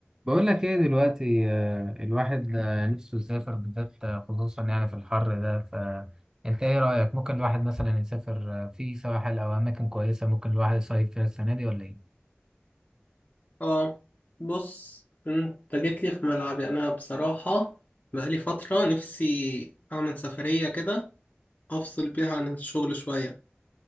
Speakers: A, on the right; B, on the left.
A: بقول لك ايه دلوقتي آه، الواحد آه، نفسه يسافر بالذات آه، خصوصا يعني في الحر ده فانت ايه رأيك ممكن الواحد مثلا يسافر آه، في سواحل او اماكن كويسة ممكن الواحد يصيف فيها السنة دي ولا ايه
B: اه بص انت جيت لي في ملعبي انا بصراحة بقالي فترة نفسي اعمل سفرية كده افصل بيها عن الشغل شوية